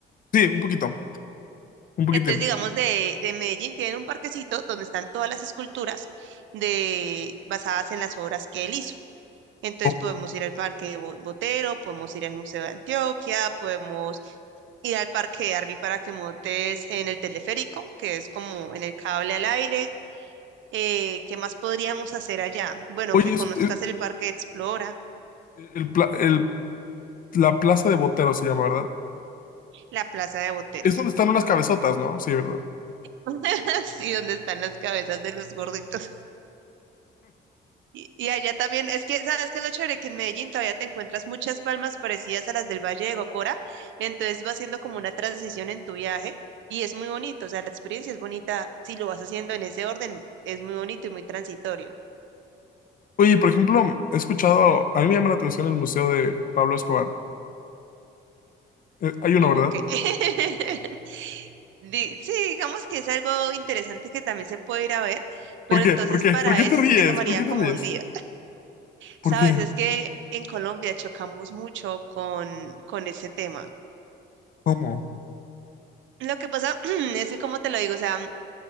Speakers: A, on the left; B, on the right.
A: Sí, un poquito, un poquitín,
B: Entonces, digamos, de, de Medellín tienen un parquecito donde están todas las esculturas de, basadas en las obras que él hizo. Entonces
A: poco.
B: podemos ir al Parque Bo- Botero, podemos ir al Museo de Antioquia, podemos ir al Parque de Arví para que montes en el teleférico, que es como en el cable al aire. Eh, ¿qué más podríamos hacer allá? Bueno,
A: Oye,
B: que
A: es,
B: conozcas
A: es-
B: el Parque Explora,
A: el, pla- el- la plaza de Botero se llama, ¿verdad?
B: la Plaza de Boteros,
A: Es donde
B: sí,
A: están unas cabezotas, ¿no? Sí, ¿verdad?
B: <laughs> Sí, donde están las cabezas de los gorditos. Y, y allá también, es que, ¿sabes qué es lo chévere? Que en Medellín todavía te encuentras muchas palmas parecidas a las del Valle de Gocora, entonces vas haciendo como una transición en tu viaje y es muy bonito, o sea, la experiencia es bonita, si lo vas haciendo en ese orden, es muy bonito y muy transitorio.
A: Oye, por ejemplo, he escuchado, a mí me llama la atención el museo de Pablo Escobar. Eh, hay uno,
B: Oh,
A: ¿verdad?
B: Ok. <laughs> Di- Sí, digamos que es algo interesante que también se puede ir a ver, pero
A: ¿Por qué?
B: entonces
A: ¿Por qué?
B: para
A: ¿Por qué
B: ese
A: te ríes?
B: sí te tomaría
A: ¿Por qué
B: como
A: te ríes?
B: un día.
A: ¿Por
B: Sabes,
A: qué?
B: es que en Colombia chocamos mucho con, con ese tema.
A: ¿Cómo?
B: Lo que pasa <clears throat> es que, como te lo digo, o sea,